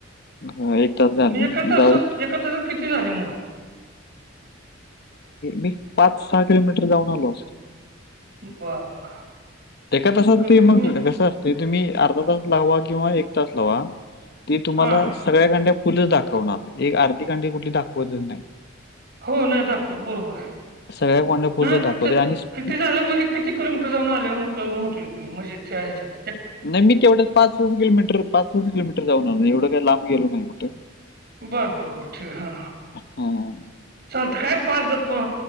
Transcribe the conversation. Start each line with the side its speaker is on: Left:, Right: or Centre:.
Left: हा एक तास झाले
Right: मी एका तासात
Left: जाऊन
Right: एका तासात किती? झाली मग.
Left: मी पाच सहा किलोमीटर जाऊन आलोच आज.
Right: बर बर.
Left: त्या तस
Right: कमीत
Left: ते मग
Right: कमी
Left: कसं असते तुम्ही अर्धा तास लावा किंवा एक तास लावा. ते तुम्हाला
Right: हा
Left: सगळ्या कांड्या फुलच दाखवणार एक आर्थिक कांडी कुठली दाखवतच नाही.
Right: हो ना दाखवत बरोबर आहे
Left: सगळ्या कांड्या फुलच
Right: ना
Left: दाखवते आणि स्पी-
Right: किती,? झालं म्हणजे किती? किलोमीटर जाऊन आल्या म्हट मी म्हणजे ते आहेच्यात.
Left: नाही मी तेवढ्या पाच पा किलोमीटर पाच, पाच किलोमीटर जाऊन आ एवढं काही लांब गेलो नाही कुठे.
Right: बरं बरं बरं ठीक हा.
Left: हम.
Right: चालत काय पाचदा प